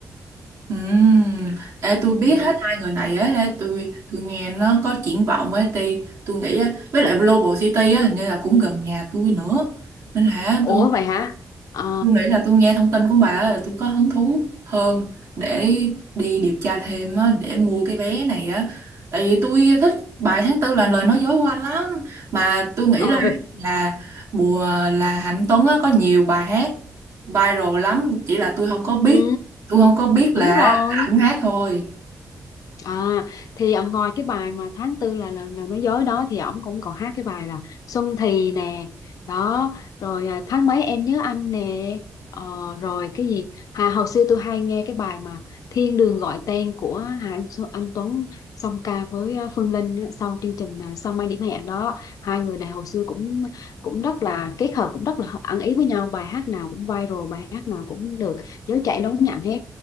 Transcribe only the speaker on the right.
Ừm, Ê, tôi biết
hết hai người này á, ê, tôi tôi nghe nó có triển vọng ấy, ti, tôi nghĩ á, với lại Global City á, hình như là cũng gần nhà tôi nữa, nên là
tôi
Tôi nghĩ là tôi nghe thông tin của bà á là tôi có hứng thú hơn để đi điều tra thêm á, để mua cái vé này á. Tại vì tôi thích bài tháng tư là lời nói dối của anh lắm. Mà tôi nghĩ
là là mùa là Hạnh Tuấn á, có nhiều bài hát viral lắm. Chỉ là tôi không có biết.
Tôi không có biết
là,
là ảnh hát thôi.